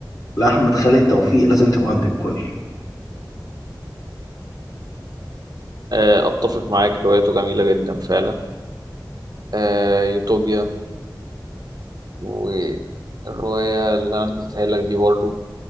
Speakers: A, on the left; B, on the right.
A: لا أحمد خالد توفيق لازم تبقى عندك كل
B: أه أتفق معاك روايته جميلة جدا فعلا أه يوتوبيا والرواية اللي أنا اديتها لك دي برضه